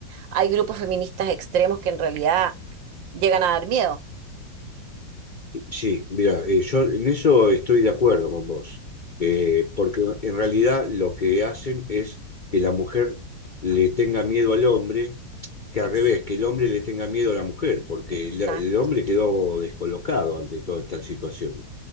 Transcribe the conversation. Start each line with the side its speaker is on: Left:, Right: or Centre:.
Right: Hay grupos feministas extremos que en realidad llegan a dar miedo.
Left: Sí, mira, eh, yo en eso estoy de acuerdo con vos, eh, porque en realidad lo que hacen es que la mujer le tenga miedo al hombre, que al
Right: Ex-
Left: revés, que el hombre le tenga miedo a la mujer, porque
Right: exacto.
Left: la- el hombre quedó descolocado ante toda esta situación.